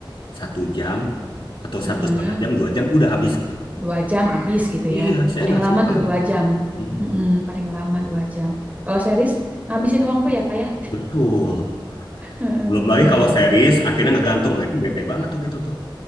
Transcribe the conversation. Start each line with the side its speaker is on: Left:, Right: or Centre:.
Left: satu jam, atau
Right: mm-mm.
Left: satu setengah jam, dua jam, udah habis gitu.
Right: Dua jam habis gitu
Left: Iya,
Right: ya.
Left: saya
Right: Paling
Left: nggak
Right: lama
Left: suka
Right: tuh dua
Left: itu.
Right: jam.
Left: Mm-mm.
Right: Mm-mm, Paling lama dua jam. Kalau series, ngabisin waktu ya kayak
Left: Betul.
Right: bener-bener.
Left: Belum lagi kalau series,
Right: <laughs>
Left: akhirnya ngegantung, nah itu bete banget tuh gitu tuh.